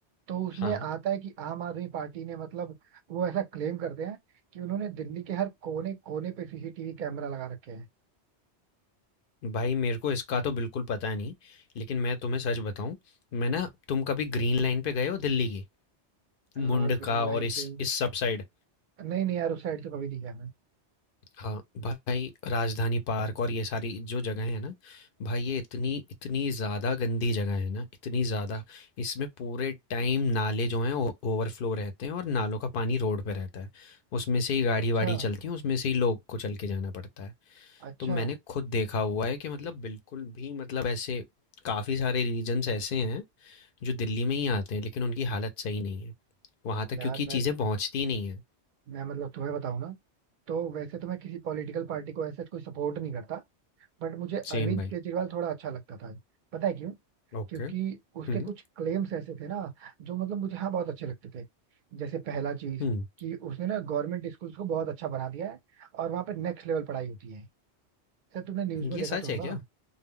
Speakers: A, on the right (about 55°); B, on the left (about 60°).
A: तो उसमें
B: हाँ,
A: आता है कि आम आदमी पार्टी ने मतलब वो ऐसा क्लेम करते हैं कि उन्होंने दिल्ली के हर कोने कोने पे सीसीटीवी कैमरा लगा रखे हैं
B: भाई मेरे को इसका तो बिल्कुल पता नहीं, लेकिन मैं तुम्हें सच बताऊँ, मैं ना तुम कभी ग्रीन लाइन पे गए हो दिल्ली की? मुंडका
A: हाँ ग्रीन लाइन
B: और इस
A: पे
B: इस सब साइड
A: नहीं नहीं यार उस साइड तो कभी नहीं गया मैं
B: हाँ, भाई राजधानी पार्क और ये सारी जो जगह है ना भाई ये इतनी इतनी ज़्यादा गंदी जगह है ना इतनी ज़्यादा इसमें पूरे टाइम नाले जो हैं ओवरफ्लो रहते हैं और नालों का पानी रोड पे रहता है उसमें से ही गाड़ी
A: अच्छा
B: वाड़ी चलती है उसमें से ही लोग को चल के जाना पड़ता है
A: अच्छा
B: तो मैंने खुद देखा हुआ है कि मतलब बिल्कुल भी मतलब ऐसे काफ़ी सारे रीजन्स ऐसे हैं जो दिल्ली में ही आते हैं लेकिन उनकी हालत सही नहीं है वहाँ तक
A: यार
B: क्योंकि
A: मैं
B: चीज़ें पहुँचती ही नहीं है
A: मैं मतलब तुम्हें बताऊँ ना तो वैसे तो मैं किसी पॉलिटिकल पार्टी को ऐसे कोई सपोर्ट नहीं करता बट मुझे अरविंद
B: सेम भाई
A: केजरीवाल थोड़ा अच्छा लगता था पता है क्यों
B: ओके
A: क्योंकि
B: हम्म
A: उसके कुछ क्लेम्स ऐसे थे ना जो मतलब मुझे हाँ बहुत अच्छे लगते थे जैसे पहला चीज
B: हम्म
A: कि उसने ना गवर्नमेंट स्कूल्स को बहुत अच्छा बना दिया है और वहां पे नेक्स्ट लेवल पढ़ाई होती है सर तुमने न्यूज में
B: ये
A: देखा
B: सच
A: तो होगा
B: है क्या?